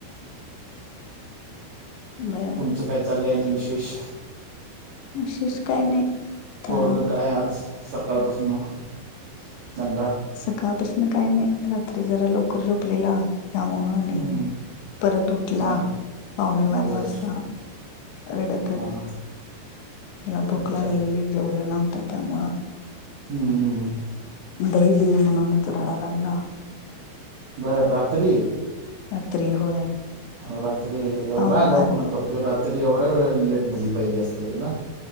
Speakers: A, on the left; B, on the right.
A: बर
B: तुमचं काय चाललंय आणि विशेष?
A: विशेष काय नाही. आता
B: पोरग काय आज सकाळपासनं, दंगा?
A: सकाळपासनं काय नाही, रात्री जरा लवकर झोपलेला त्यामुळ आणि
B: हम्म
A: परत उठला
B: आ
A: पावणे बारा
B: बर
A: वाजता. रडतच
B: हां
A: त्याला भूक
B: अच्छा
A: लागलेली, जेवला नव्हता त्यामुळं.
B: हम्म
A: दही दे म्हणूनचं रडायला लागला.
B: बरं, रात्री?
A: रात्री होय.
B: अ रात्री एवढा
A: पावणे
B: अगावपणा
A: बारा
B: करतोय, रात्री एवढ्या वेळ लेट दही पाहिजे असतंय त्याला?